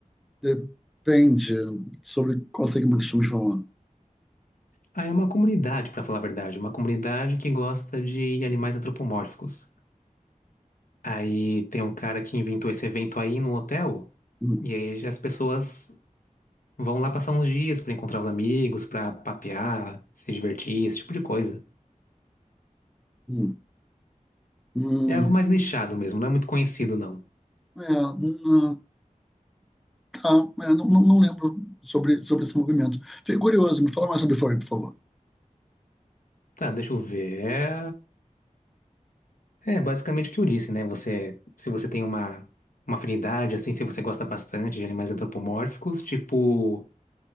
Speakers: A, in the centre; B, on the left (about 80°).
A: Depende sobre qual segmento estamos falando.
B: Ah, é uma comunidade, pra falar a verdade, uma comunidade que gosta de animais antropomórficos. Aí tem um cara que inventou esse evento aí no hotel,
A: Hum,
B: e aí as pessoas vão lá passar uns dias pra encontrar os amigos, pra papear, se divertir, esse tipo de coisa.
A: hum, hum.
B: É algo mais nichado mesmo, não é muito conhecido não.
A: É, hum, tá, é, não, não, não lembro sobre, sobre esse movimento. Fiquei curioso, me fala mais sobre Furry, por favor.
B: Tá, deixa eu ver. É, é basicamente o que eu disse, né? Você, se você tem uma uma afinidade, assim, se você gosta bastante de animais antropomórficos, tipo,